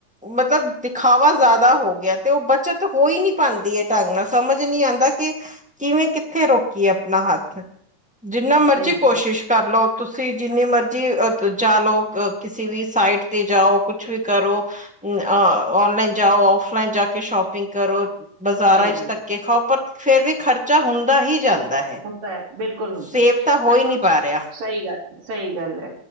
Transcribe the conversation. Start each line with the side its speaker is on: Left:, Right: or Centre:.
Centre: ਮਤਲਬ ਦਿਖਾਵਾ ਜ਼ਿਆਦਾ ਹੋ ਗਿਆ ਤੇ ਉਹ ਬੱਚਤ ਹੋ ਹੀ ਨੀ ਪਾਂਦੀ ਐ ਢੰਗ ਨਾਲ ਸਮਝ ਨਈ ਆਂਦਾ ਕਿ- ਕਿਵੇਂ ਕਿੱਥੇ ਰੋਕੀਏ ਆਪਣਾ ਹੱਥ, ਜਿੰਨਾ ਮਰਜ਼ੀ
Right: ਸਹੀ
Centre: ਕੋਸ਼ਿਸ਼
Right: ਗੱਲ
Centre: ਕਰ ਲਓ ਤੁਸੀਂ ਜਿੰਨੀ ਮਰਜੀ ਚਾ ਲੋ, ਕਿਸੇ ਵੀ ਸਾਈਟ ਤੇ ਜਾਓ, ਕੁਛ ਵੀ ਕਰੋ ਔਨਲਾਈਨ ਜਾਓ, ਓਫ਼ਲਾਂਏਨ ਜਾ ਕੇ ਸ਼ੋਪਿੰਗ ਕਰੋ ਬਾਜ਼ਾਰਾਂ
Right: ਸਹੀ
Centre: ਚ
Right: ਗੱਲ
Centre: ਤੱਕ ਕੇ ਖਾਓ ਫੇਰ ਵੀ ਖਰਚਾ ਹੁੰਦਾ ਹੀ ਜਾਂਦਾ। ਹੈ
Right: ਹੁੰਦਾ ਐ ਬਿਲਕੁਲ ਹੁੰਦਾ
Centre: ਸੇਵ ਤਾਂ ਹੋ
Right: ਐ।
Centre: ਹੀ ਨਹੀਂ ਪਾ ਰਿਹਾ
Right: ਸਹੀ ਗੱਲ, ਸਹੀ ਗੱਲ ਏ।